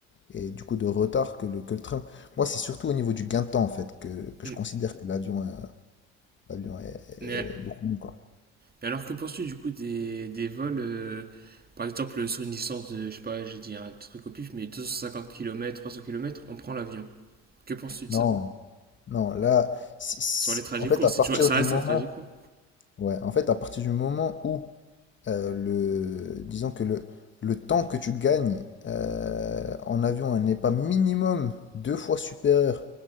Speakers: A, on the left; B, on the right.
A: et du coup de retard que le, que le train. Moi, c'est surtout au niveau du gain de temps, en fait, que, que
B: Mm.
A: je considère que l'avion euh, l'avion est, est
B: Mais
A: beaucoup mieux, quoi.
B: Mais alors que penses-tu du coup des, des vols, euh, par exemple sur une distance de, je sais pas, j'ai dit un truc au pif, mais 250 km, 300 km, on prend l'avion. Que penses-tu de
A: Non,
B: ça?
A: non, là, si- si-
B: Sur les trajets
A: en fait,
B: courts,
A: à
B: si
A: partir
B: tu... ça
A: du
B: reste
A: moment,
B: un trajet court.
A: ouais, en fait, à partir du moment où euh, le, disons que le, le temps que tu gagnes euh, en avion n'est pas minimum deux fois supérieur